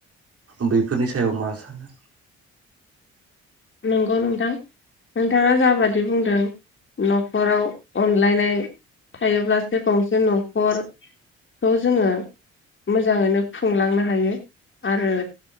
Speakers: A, on the right; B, on the left.
A: बैफोरनि सायाव मा सानो
B: नंगौ नोंथां नोंथाङा जाबादि बुंदों न'खराव अनलायनाय थायोब्लासो गसे <unintelligible> गंसे न'खर खौ जोङो मोजाङैनो खुंलांनो हायो आरो